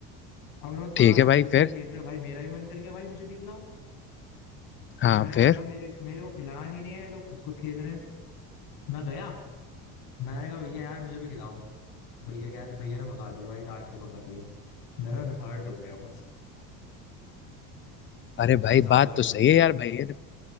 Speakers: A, on the left (about 70°); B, on the left (about 30°).
A: अब उन्होंने ताश
B: ठीक है भाई
A: खेल रहे
B: फिर
A: हैं खेल रहे हैं भाई मेरा भी मन कर गया भाई मुझे भी खिलाओ अब
B: हाँ
A: मैंने
B: फिर
A: कहा मेरे मेरे को खिला नहीं रहे हैं ये लोग खुद खुद खेल रहे हैं मैं गया मैंने कहा भैया यार मुझे भी खिलाओ भैया कह रहे भैया ने भगा दिया भाई काट के भगा दिया मेरा हर्ट हो गया बहुत
B: अरे
A: बहुत
B: भाई
A: ज्यादा
B: बात
A: हर्ट
B: तो सही
A: हो गया
B: है यार भैया ने-